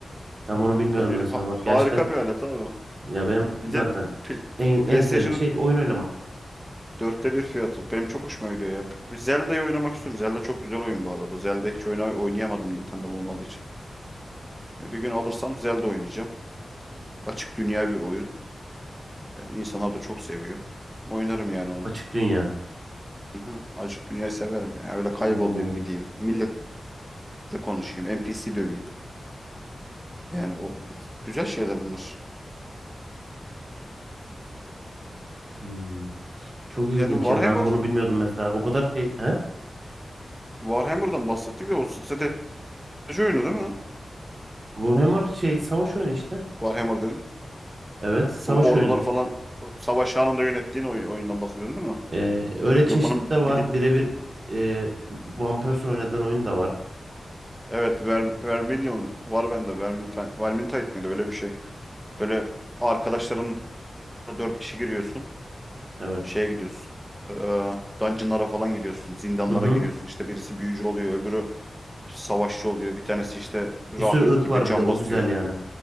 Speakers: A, on the right (about 35°); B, in the centre.
A: Ben onu bilmiyordum
B: Bence
A: mesela.
B: ha-
A: Bak
B: harika
A: gerçekten
B: bir alet abi.
A: ya benim
B: Bir
A: zaten
B: de pl-
A: en,
B: PlayStation'ın
A: en sevdiğim şey oyun oynamak.
B: dörtte bir fiyatı. Benim çok hoşuma gidiyor ya. Bir Zelda'yı oynamak istiyorum. Zelda çok güzel oyun bu arada. Zelda hiç oyna oynayamadım Nintendo'm olmadığı için. Ya Bir gün alırsam Zelda oynayacağım. Açık dünya bir oyun. Yani İnsanlar da çok seviyor. Oynarım yani onu.
A: Açık dünya.
B: Hı hı. Açık dünyayı severim ya. Öyle kaybolayım
A: Oo.
B: gideyim. Millet da konuşayım. NPC döveyim. Yani o güzel şeyler bunlar.
A: Hmm. Çok
B: Yani
A: ilginç
B: Warhammer,
A: ya. Ben bunu bilmiyordum mesela. O kadar şey. He?
B: Warhammer'dan bahsettik de o strateji oyunu değil mi?
A: Warhammer şey savaş oyunu işte.
B: Warhammer dedin.
A: Evet. Savaş
B: Bu orduları
A: oyunu.
B: falan o savaş anında yönettiğin oy- oyundan bahsediyorsun değil mi?
A: Ee, öyle çeşitli
B: Yok onun
A: de
B: bilik
A: var. Birebir e, One Person oynadığın oyun da var.
B: evet Ver Verminion var bende. Vermintide, Vermintide miydi öyle bir şey. Böyle arkadaşlarınla dört kişi giriyorsun.
A: Evet.
B: Şeye gidiyorsun. Ee, dungeonlara falan giriyorsun. Zindanlara
A: Hı hı.
B: giriyorsun. İşte birisi büyücü oluyor, öbürü savaşçı oluyor. Bir tanesi işte rahip
A: Bir sürü ırk
B: gibi
A: var
B: can
A: bir de o
B: basıyor.
A: güzel yani.